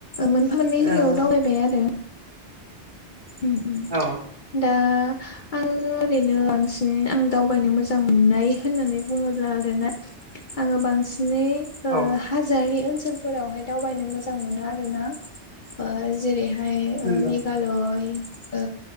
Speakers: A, on the left; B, on the right.
A: मोनफा मोननै
B: औ
A: जायगायाव दावबाय बे जादों उ उ
B: औ
A: दा आङो ओरैनो बांसिन आं दावबायनो मोजां मोननाय होननानै बुङोब्ला आरोनो आङो बांसिनै ओ
B: औ
A: हाजारि ओनसोलफोरावहाय दावबायनो मोजां मोनो आरो ना ओ जेरै हाय
B: नंगौ
A: मेघालय ओ